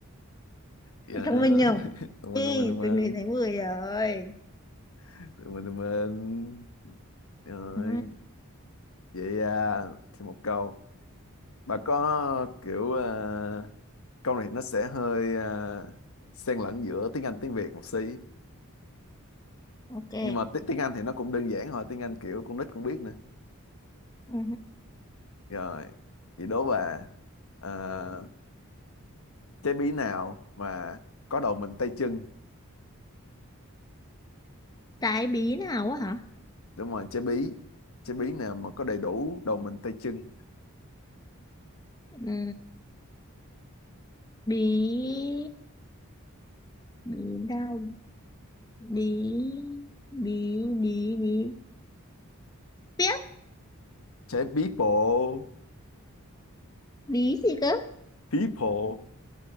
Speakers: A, on the left; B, on the left.
A: Dạ.
B: Thông minh nhỉ?
A: Thông
B: Ê,
A: minh thông minh thông minh
B: tôi ngửi thấy mùi rồi.
A: thông minh thông minh. Rồi
B: Ừ,
A: vậy à, thêm một câu. bà có kiểu ờ, câu này nó sẽ hơi ờ, xen lẫn giữa tiếng Anh tiếng Việt một xí
B: ok.
A: nhưng mà ti- tiếng Anh thì nó cũng đơn giản thôi tiếng Anh kiểu con nít cũng biết nữa
B: Ừ,
A: rồi vậy đố bà ờ, trái bí nào mà có đầu mình tay chân
B: Trái bí nào á hả?
A: đúng rồi trái bí trái bí nào mà có đầy đủ đầu mình tay chân
B: Ừ. bí bí đau bí bí bí bí biết
A: trái people
B: bí gì cơ
A: people